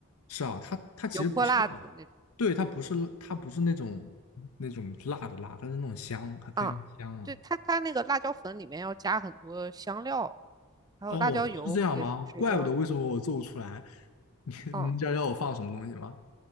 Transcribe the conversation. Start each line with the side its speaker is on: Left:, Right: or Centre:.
Left: 是啊，它它其实不是辣的，
Right: 油泼辣子那
Left: 对，它不是它不是那种那种辣的辣，它是那种香，还非常香啊。
Right: 啊，对，它它那个辣椒粉里面要加很多香料，还有辣椒油也是要，
Left: 哦，是这样吗？怪不得为什么我做不出来。<laughs> 你你知道要我放什么东西吗？
Right: 嗯，